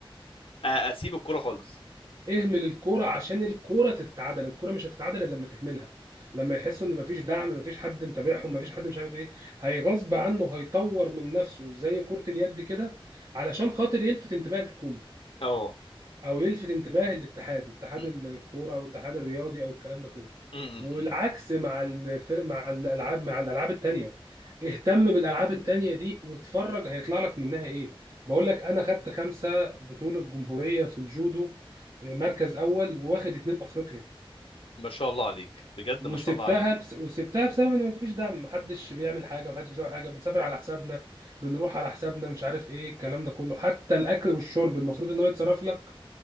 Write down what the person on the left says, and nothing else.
آه، اسيب الكوره خالص
اه
م-
م- م-
م.
ما شاء الله عليك بجد
ما شاء الله عليك